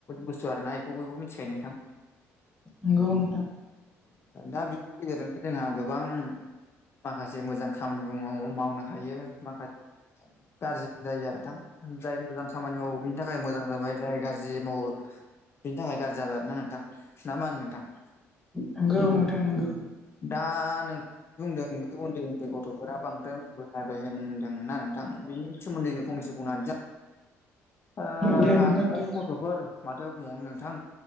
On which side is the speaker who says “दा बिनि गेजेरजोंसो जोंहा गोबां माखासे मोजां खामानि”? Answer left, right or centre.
Left